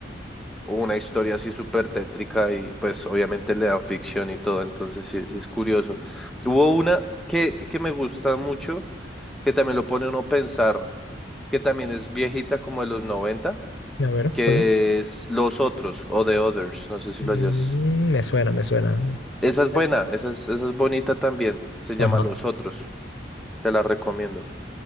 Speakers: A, in the centre; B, on the left.
A: una historia así súper tétrica y pues obviamente le dan ficción y todo, entonces sí, sí es curioso. Hubo una que, que me gusta mucho, que también lo pone uno a pensar, que también es viejita como de los noventa
B: A ver,
A: que
B: ¿cuál es?
A: es Los Otros o The Others, no sé si
B: Mm,
A: lo hayas.
B: me suena, me suena.
A: Esa
B: Cuéntame
A: es buena,
B: un poco
A: esa
B: más.
A: es, esa es bonita también, se llama
B: Ajá.
A: Los Otros, te la recomiendo.